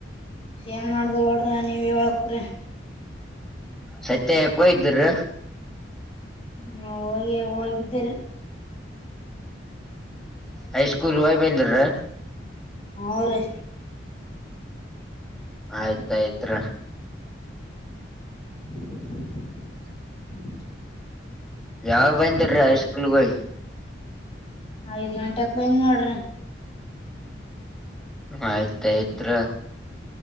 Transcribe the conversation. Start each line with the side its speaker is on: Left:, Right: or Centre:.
Left: ಏನ್ ಮಾಡದು ಗೌಡ್ರೆ ನೀವೇ ಹೇಳ್ಬೇಕ್ರಿ
Centre: ಸತ್ಯ ಕೊಯ ಇದ್ರ್
Left: ಹೊ ಯೇ ಹೋಗಿದ್ದೆರಿ
Centre: ಹೈ ಸ್ಕೂಲ್ ಹೊಯ್ ಬಂದೆರ್ರ್
Left: ಅವ್ರಿ
Centre: ಆಯ್ತ ಆಯ್ತ್ರ.
Left: <inaudible>
Centre: ಯಾವಗ್ ಬಂದ್ರಿ ಹೈ ಸ್ಕೂಲ್ಗ್ ಹೊಯಿ
Left: ಐದ್ ಗಂಟಕ್ ಬಂದ್ನ್ ನೋಡ್ರಿ.
Centre: ಆಯಿತ್ ಐತ್ರ